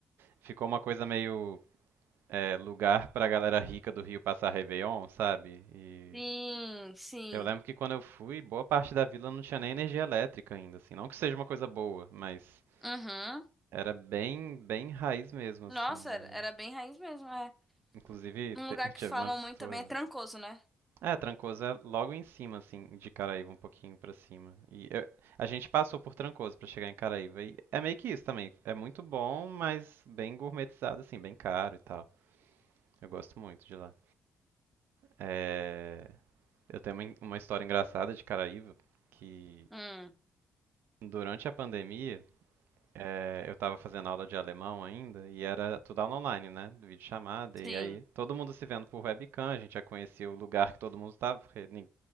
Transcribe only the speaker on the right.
ficou uma coisa meio é, lugar pra galera rica do Rio passar Réveillon, sabe? E
eu lembro que quando eu fui, boa parte da vila não tinha nem energia elétrica ainda, assim. Não que seja uma coisa boa, mas
era bem, bem raiz mesmo, assim.
E, inclusive,
te-
<laughs> tive
uma situação
É, Trancoso é logo em cima, assim, de Caraíva, um pouquinho pra cima. E eu- a gente passou por Trancoso pra chegar em Caraíva. E é meio que isso também. É muito bom, mas bem gourmetizado, assim, bem caro e tal. Eu gosto muito de lá. É, Eu tenho uma, en- uma história engraçada de Caraíva, que
durante a pandemia, é, eu tava fazendo aula de alemão ainda, e era tudo aula online, né? Videochamada, e
aí todo mundo se vendo por webcam, a gente já conhecia o lugar que todo mundo tava, porque